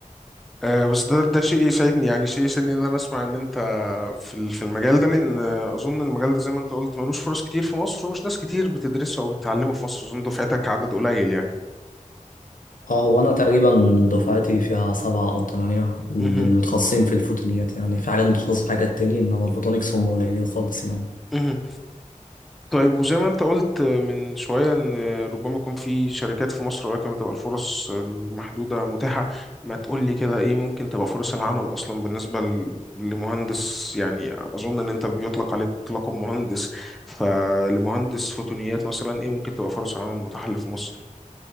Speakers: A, in the centre; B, on the left.
A: أه بس ده ده شيء يسعدني يعني شيء يسعدني ان انا اسمع ان انت في ال- في المجال ده لان اظن المجال ده زي ما انت قلت ملوش فرص كتير في مصر ومش ناس كتير بتدرسه او بتتعلمه في مصر اظن دفعتك عدد قليل يعني
B: اه هو انا تقريبا دفعتي فيها سبعة او تمانية اللي
A: مهم.
B: متخصصين في الفوتونيات يعني في حاجات متخصصة في حاجات تاني انما الفوتونيكس هم قليلين خالص يعني
A: مهم. طيب وزي ما انت قلت من شوية ان ربما يكون في شركات في مصر ولكن بتبقى الفرص المحدودة متاحة ما تقول لي كده ايه ممكن تبقى فرص العمل اصلا بالنسبة ل- لمهندس يعني اظن ان انت بيطلق عليك لقب مهندس فلمهندس فوتونيات مثلا ايه ممكن تبقى فرص العمل المتاحة اللي في مصر